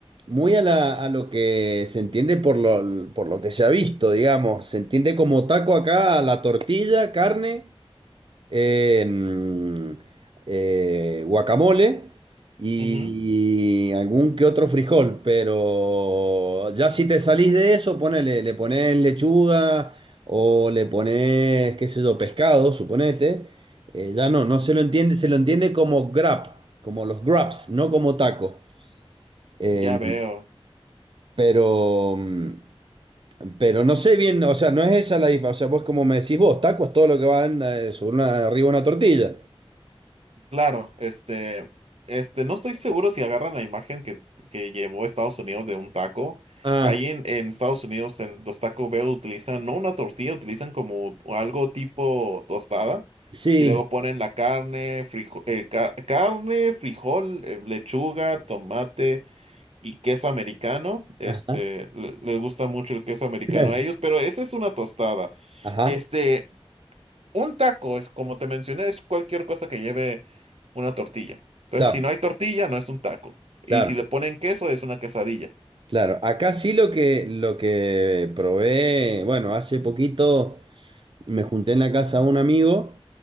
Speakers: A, on the right (about 55°); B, on the right (about 80°).
A: muy a, la- a lo que se entiende por lo, por lo que se ha visto, digamos. Se entiende como taco acá a la tortilla, carne. em, eh, guacamole y
B: Ujú,
A: algún que otro frijol, pero ya si te salís de eso, ponele, le pones lechuga o le pones, qué sé yo, pescado, suponete, eh, ya no, no se lo entiende, se lo entiende como grab, como los grabs, no como taco. Em,
B: ya veo.
A: pero, mm, pero no sé bien, o sea, no es esa la diferencia, o sea, vos como me decís vos, taco es todo lo que va en, eh, sobre una, arriba de una tortilla.
B: Claro, este, este, no estoy seguro si agarran la imagen que, que llevó Estados Unidos de un taco.
A: Ah,
B: Ahí en, en Estados Unidos, en los Taco Bell utilizan no una tortilla, utilizan como algo tipo tostada
A: sí.
B: y luego ponen la carne, frijo- eh, ca- carne, frijol, eh, lechuga, tomate y queso americano. Este,
A: Ajá.
B: le- les gusta mucho el queso americano
A: <laughs>
B: a ellos, pero esa es una tostada.
A: Ajá,
B: Este, un taco es, como te mencioné, es cualquier cosa que lleve una tortilla. Entonces,
A: claro,
B: si no hay tortilla, no es un taco.
A: claro,
B: Y si le ponen queso, es una quesadilla.
A: claro. Acá sí lo que, lo que probé, bueno, hace poquito me junté en la casa de un amigo